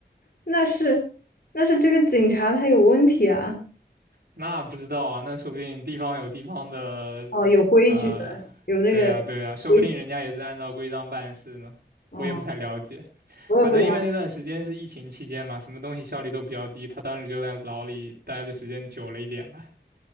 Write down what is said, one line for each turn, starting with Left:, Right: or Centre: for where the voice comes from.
Left: 那是那是这个警察他有问题啊。
Right: 那不知道啊，那说不定地方有地方的，
Left: 哦，有规矩的，
Right: 呃，
Left: 有那个
Right: 对呀对呀，说不定人家也是按照规章办事呢，
Left: 规，哦，
Right: 我也不太了解。
Left: 我也不了解
Right: 反正因为那段时间是疫情期间嘛，什么东西效率都比较低，他当时就在牢里待的时间久了一点吧。